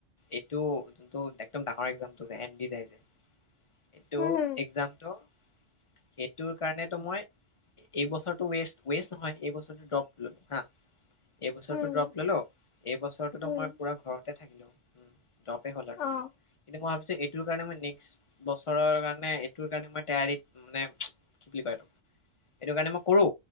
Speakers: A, on the left; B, on the left.
A: এইটো যোনটো একদম ডাঙৰ একজামটো যে, এন দি যাই যে? এইটো
B: হুম হুম
A: এক্জামটো সেইটোৰ কাৰণটো মই এইবছৰটো ষ্ট ৱষ্ট নহয় এই বছৰ ড্ৰপো হা এইবছৰটো
B: হুম
A: ড্ৰপ ল'লো। এই বছৰোতো
B: হুম
A: মই পুৰা ঘ ততে থাকিলো উ দৰপে হ'ল আৰুটো
B: অ
A: কিন্তু মই ভাবিছো এইটো কাৰণে মই নেক্স বছৰৰ কাৰণে এইটোৰ কাৰণে মই তেয়াৰীত মানে কি বুলি কয় এইটো এইটো কাৰণে মই কৰো